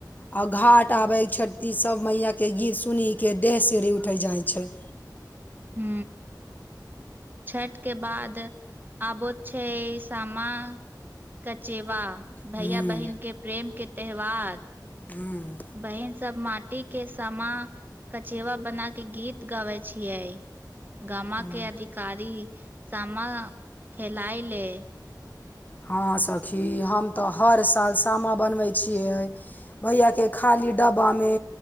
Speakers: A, on the left; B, on the right.
A: आओर घाट आबैक छठी सब मैयाके गित सुन देह सिहर उठै जाइ छैय।
B: हू छठ के बाद आबैत छैय सामा कचेवा भैया
A: हूँ
B: बहिन के प्रेम के त्यौहार।
A: हूँ
B: बहिन सब माटी के सामा कचेवा बना के गीत गाबै छियै। गामा
A: हूँ
B: के अधिकारी सामा खेलाइ ले।
A: हँ सखी हम तऽ हर साल सामा बनबै छियै। भैयाके खाली डब्बामे